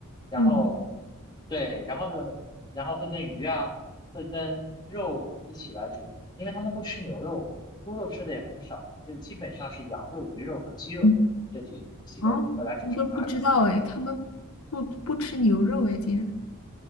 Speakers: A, on the left; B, on the left.
A: 然后
B: 嗯
A: 对，然后呢，然后会跟鱼啊，会跟肉一起来煮，因为他们不吃牛肉，猪肉吃的也很少，所以基本上是羊肉、鱼肉和鸡肉这几几类会来煮成咖喱。
B: 嗯，哦，我都不知道诶，他们不不吃牛肉诶，竟然。